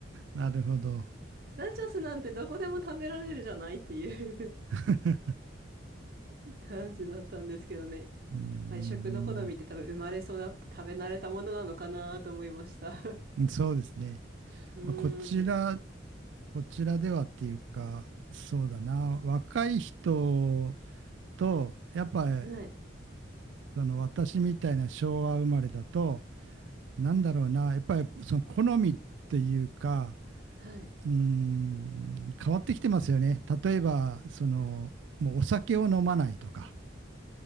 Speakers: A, on the right; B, on the right.
A: なるほど。
B: ナチョスなんてどこでも食べられるじゃないっていう
A: <laughs>
B: <laughs> 感じだったんですけどね。
A: うーん。
B: やっぱり食の好みって多分生まれ育って食べ慣れたものなのかなと思いました。<laughs>
A: そうですね。
B: うーん。
A: まあ、こちら、こちらではっていうか、そうだな。若い人と、やっぱり、
B: はい。
A: その私みたいな昭和生まれだと、なんだろうな。やっぱりその好みっていうか、
B: はい。
A: うーん、変わってきてますよね。例えば、その、もうお酒を飲まないとか、